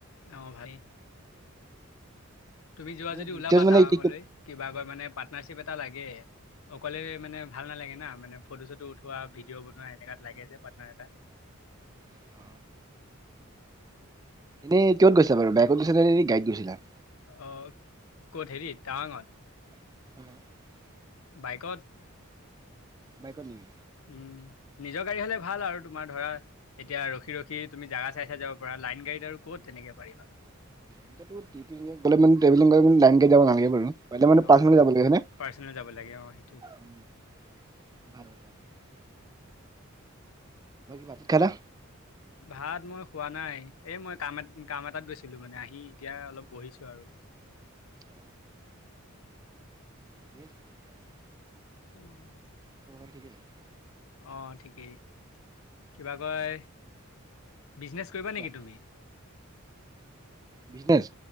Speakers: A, on the left; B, on the right.
A: অ', ভালেই। তুমি যোৱা
B: মানে
A: যদি
B: বিজনেছ
A: ওলাবা
B: মানে
A: টাৱাংলৈ
B: কি কি
A: কিবা কৈ মানে পাৰ্টনাৰশ্বিপ এটা লাগে। অকলে মানে ভাল নালাগে না, মানে ফটো চটো উঠোৱা ভিডিঅ' বনোৱা এনেকুৱাত লাগে যে পাটনাৰ এটা।
B: অ, এনে কিহত গৈছিলা বাৰু বাইকত গৈছিল নে গাড়ীত গৈছিলা?
A: অ', ক'ত হেৰি টাৱঙত?
B: <inaudible>
A: বাইকত।
B: বাইকত নেকি?
A: উম, নিজৰ গাড়ী হলে ভাল আৰু তোমাৰ ধৰা এতিয়া ৰখি ৰখি তুমি জেগা চাই চাই যাব পাৰা, লাইন গাড়ীত আৰু কত তেনেকে পাৰিবা।
B: <unintelligible> লে লাইন গাড়ীত যাব নালাগে বাৰু, পৰিলে মানে
A: অ'
B: পাৰ্ছনেল গাড়ীত যাব লাগে হয়নে?
A: পাৰ্চনেল যাব লাগে অ', সেইটোৱেইটো।
B: উম, <unintelligible> ভাত খালা?
A: ভাত মই খোৱা নাই এ মই কাম এ কাম এটাত গৈছিলো মানে আহি এতিয়া অলপ বহিছো আৰু।
B: অ, <inaudible>
A: অ'।
B: <inaudible>
A: অ', ঠিকেই কিবা কয় বিজনেচ কৰিবা
B: কোৱা
A: নেকি তুমি?
B: বিজনেছ?